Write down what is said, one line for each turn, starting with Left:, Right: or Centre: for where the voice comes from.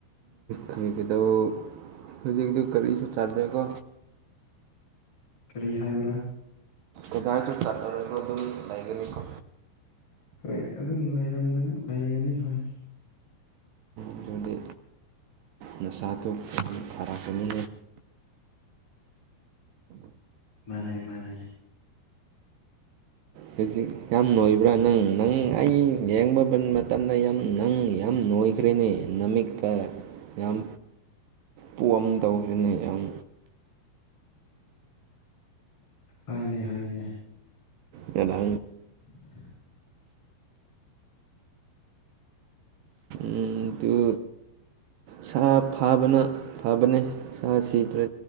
Right: ꯀꯩꯗꯧ ꯍꯧꯖꯤꯛꯇꯤ ꯀꯔꯤꯁꯨ ꯆꯗꯦꯀꯣ
Left: ꯀꯔꯤ ꯍꯥꯏꯥꯏꯕ꯭ꯔꯥ
Right: ꯑꯦꯗꯥꯁꯨ ꯆꯥꯟꯅꯔꯒ ꯑꯗꯨꯝ ꯂꯩꯒꯅꯤꯀꯣ
Left: ꯍꯣꯏ ꯑꯗꯨꯝꯝ ꯂꯩꯒꯅꯤ ꯍꯣꯏ
Right: ꯑꯗꯨꯗꯤ ꯅꯁꯥꯗꯨꯣ ꯌꯥꯝꯅ ꯐꯥꯔꯛꯀꯅꯤ
Left: ꯃꯥꯅꯦ ꯃꯥꯅꯦ
Right: ꯍꯧꯖꯤꯛ ꯌꯥꯝ ꯅꯣꯏꯕ꯭ꯔꯥ ꯅꯪ ꯅꯪ ꯑꯩ ꯌꯦꯡꯕ ꯃꯇꯝꯗ ꯌꯥꯝ ꯅꯪ ꯌꯥꯝ ꯅꯣꯏꯈ꯭ꯔꯦꯅꯦ ꯅꯃꯤꯠꯀ ꯌꯥꯝ ꯄꯣꯑꯝ ꯇꯧꯈ꯭ꯔꯦꯅꯦ ꯌꯥꯝ
Left: ꯍꯅꯦ ꯍꯅꯦ
Right: ꯑꯗꯥ
Left: <unintelligible>
Right: ꯎ ꯑꯗꯨ ꯁꯥ ꯐꯥꯕꯅ ꯐꯕꯅꯦ ꯁꯥ ꯁꯤꯗꯤ